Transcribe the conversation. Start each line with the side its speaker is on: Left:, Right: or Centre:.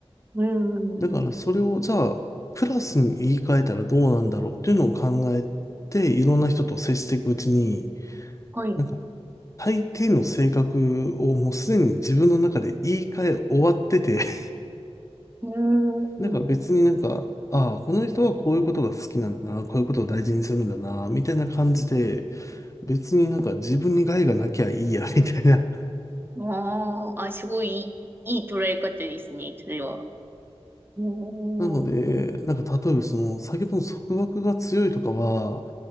Right: ーん。
Left: だからそれをじゃあ、プラスに言い換えたらどうなんだろうっていうのを考えて、いろんな人と接していくうちに、
Right: はい。う
Left: なんか、大抵の性格をもうすでに自分の中で言い換え終わってて、<laughs>
Right: ーん。
Left: なんか別になんか、ああ、この人はこういうことが好きなんだな、こういうことを大事にするんだな、みたいな感じで、別になんか自分に害がなきゃいいや、みたいな
Right: ああ、あ、すごいいい、いい捉え方ですね、それは。うーん。
Left: なので、なんか例えばその先ほどの束縛が強いとかは、